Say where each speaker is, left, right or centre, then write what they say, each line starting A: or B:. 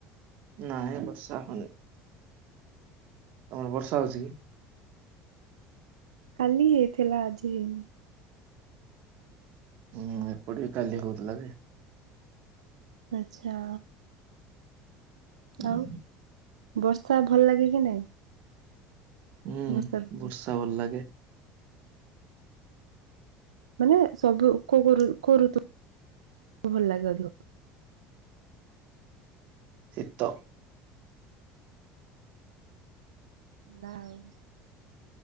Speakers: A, on the right; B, on the right.
A: ନାଇଁ ବର୍ଷା ହୋଉନି। ତମର ବର୍ଷା ହୋଉଚି କି?
B: କାଲି ହେଇଥିଲା ଆଜି ହେଇନି।
A: ହୁଁ ଏପଟେ ବି କାଲି ହୋଉଥୁଲା ବି।
B: ଆଚ୍ଛା।
A: ହୁଁ
B: ଆଉ ବର୍ଷା ଭଲଲାଗେ କି ନାଇଁ?
A: ହୁଁ
B: ବର୍ଷା ଋତୁ
A: ବର୍ଷା ଭଲଲାଗେ।
B: ମାନେ ସବୁ କୋଉ କୋଉ ଋ- କୋଉ ଊ-ତୁ ଭଲଲାଗେ ଅଧିକ?
A: ଶୀତ।
B: ହେଲା ଆଉ